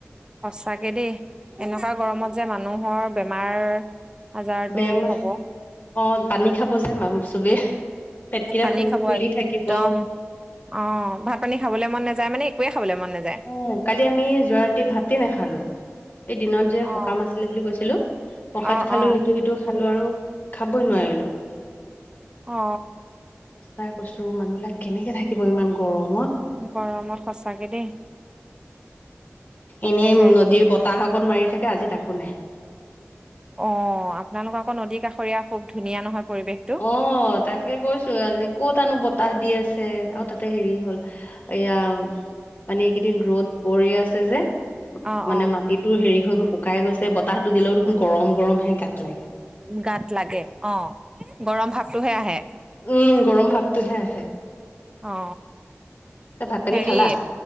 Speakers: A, on the right; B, on the left.
A: সচাঁকে দেই। এনেকুৱা গৰমত যে মানুহৰ বেমাৰ আজাৰটো
B: বেমাৰ
A: হ'ব।
B: অ পানী খাব যে মাম চবেই। পেটকেইটা
A: পানী খাব
B: ফুলি
A: একদম,
B: থাকিব
A: অ ভাত-পানী খাবলে মন নাযায়। মানে একোৱে খাবলৈ মন নাযায়
B: অ, কালি আমি যোৱা ৰাতি ভাতে নাখালো। এই দিনত যে সকাম
A: অ
B: আছিলে বুলি কৈছিলো প্ৰসাদ
A: অ
B: খালো
A: অ
B: ইটো সিটো খালো আৰু খাবই নোৱাৰিলোঁ।
A: অ
B: সঁচাই কৈছো মানুহবিলাক কেনেকে থাকিব ইমান গৰমত।
A: গৰমত সঁচাকে দেই। তাকেহে
B: এনেই নদীৰ বতাহ অকণ মাৰি থাকে আজি তাকো নাই।
A: অ আপোনালোকৰ আকৌ নদী কাষৰীয়া খুব ধুনীয়া নহয়। পৰিৱেশটো
B: অ তাকে কৈছো আজি ক'ত আনো বত- তাহ দি আছে আৰু তাতে হেৰি হ'ল এয়া, মানে এইকেইদিন ৰ'দ পৰি আছে যে।
A: অ
B: মানে
A: অ
B: মাটিটো হেৰি হৈ শুকাই গৈছে বতাহতো দিলেও দেখোন গৰম গৰম হে গাত। লাগে
A: গাত লাগে অ গৰম ভাবটোহে আহে।
B: উম গৰম ভাৱটোহে আহে।
A: অ
B: ত ভাত পানী
A: হেৰি
B: খালা